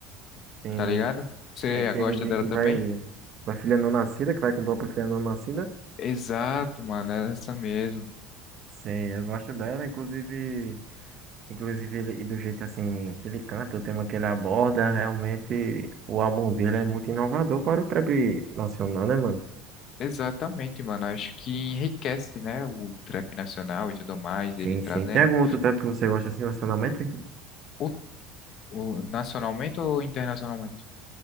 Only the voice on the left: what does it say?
tá ligado? Você
gosta
dela
também?
Exato, mano, é essa mesmo.
Exatamente, mano. Acho que enriquece, né, o trap nacional e tudo mais,
ele trazendo
o, o- nacionalmente ou internacionalmente?